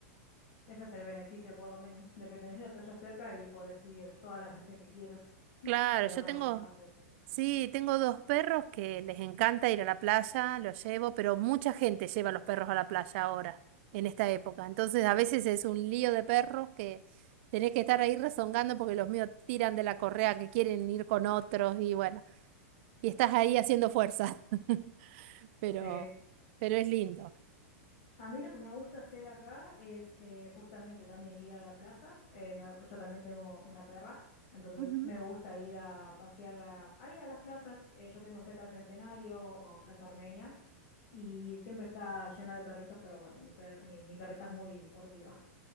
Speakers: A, on the left; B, on the right.
A: Ese es el beneficio, por lo menos, de que tenés la playa cerca y podés ir todas las veces que quieras,
B: Claro,
A: ir
B: yo
A: a tomar
B: tengo,
A: mate, sí.
B: sí, tengo dos perros que les encanta ir a la playa, los llevo, pero mucha gente lleva a los perros a la playa ahora, en esta época. Entonces a veces es un lío de perros que tenés que estar ahí rezongando porque los míos tiran de la correa que quieren ir con otros y bueno, y estás ahí haciendo fuerza, <laughs> pero,
A: Sí.
B: pero es lindo.
A: A mí lo que me gusta hacer acá es eh, justamente también ir a la plaza. Eh, me- yo también tengo una perra, entonces
B: Ujú.
A: me gusta ir a pasearla ahí a las plazas. Eh, yo tengo cerca el Centenario o Plaza Armenia y siempre está lleno de perritos, pero bueno, mi, per- eh, mi perrita es muy hortiva,